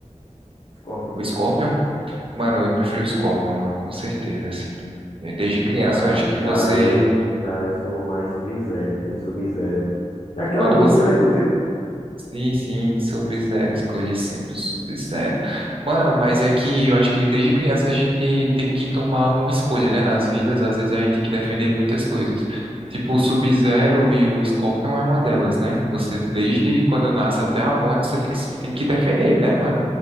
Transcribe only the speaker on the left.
Scorpion?
Ah,
já
eu, já eu sou mais Sub-Zero, time Sub-Zero. É aquela
música,
né, inclusive?